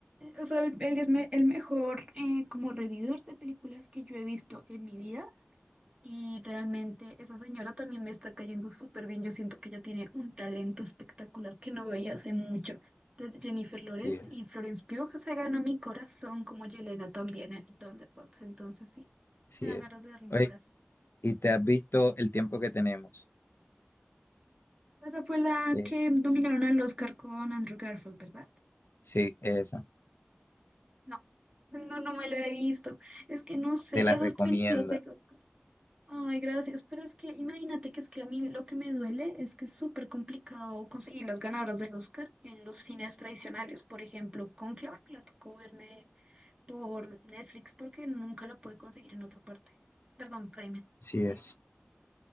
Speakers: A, on the right; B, on the left.
A: O sea, él él es me- el mejor eh, como revividor de películas que yo he visto en mi vida y realmente esa señora también me está cayendo súper bien. Yo siento que ella tiene un talento espectacular que no veía hace mucho. Desde Jennifer Lawrence
B: Sí es,
A: y Florence Pugh se ganó mi corazón como Yelena también en Thunderbolts. Entonces sí,
B: sí
A: me da
B: es.
A: ganas de darle un
B: Oye,
A: abrazo.
B: ¿y te has visto El tiempo que tenemos?
A: Esa fue la
B: Eh,
A: que dominaron al Oscar con Andrew Garfield, ¿verdad?
B: sí, esa.
A: No, no, no me la he visto. Es que no sé,
B: Te la
A: esas
B: recomiendo.
A: películas de Oscar. Ay, gracias, pero es que imagínate que es que a mí lo que me duele es que es súper complicado conseguir las ganadoras del Oscar en los cines tradicionales. Por ejemplo, Cónclave me la tocó verme por Netflix porque nunca la pude conseguir en otra parte. Perdón, Prime
B: Sí es.
A: Video.